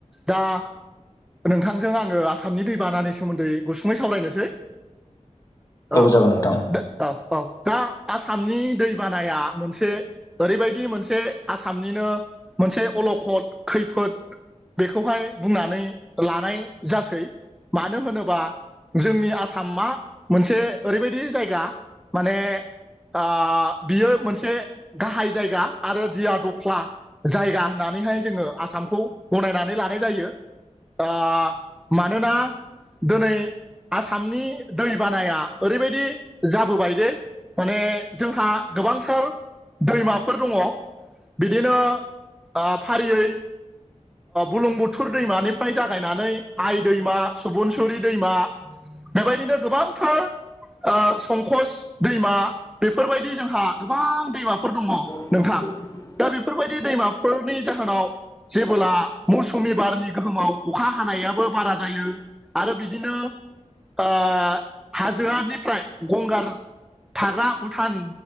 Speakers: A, in the centre; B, on the left.
A: दा नोंथांजों आङो आसामनि दैबानानि सोमोन्दै गुसुङै सावरायनोसै औ
B: जागोन नोंथां
A: दा औ औ दा आसामनि दैबानाया मोनसे ओरैबायदि मोनसे आसामनिनो मोनसे अलखद खैफोद बेखौहाय बुंनानै लानाय जासै मानो होनोबा जोंनि आसाम मा मोनसे ओरैबायदि जायगा माने ओ बियो मोनसे गाहाय जायगा आरो दिया दख्ला जायगा होननानैहाय जोङो आसामखौ गनायनानै लानाय जायो ओ मानोना दिनै आसामनि दै बानाया ओरैबायदि जाबोबाय दे माने जोंहा गोबांथार दैमाफोर दङ बिदिनो ओ फारियै बुलुं बुथुर दैमानिफ्राय जागायनानै आइ दैमा सुबुनसुरि दैमा बेबायदिनो गोबांथार ओ संकस दैमा बेफोरबायदि जोंहा गोबां दैमाफोर दङ।
B: <inaudible>
A: नोंथां दा बेफोरबायदि दैमाफोरनि जाहोनाव जेबोब्ला मौसुमि बारनि गोहोमाव अखा हानायाबो बारा जायो आरो बिदिनो ओ हाजोआनिफ्राय गंगार थाग्रा भुटान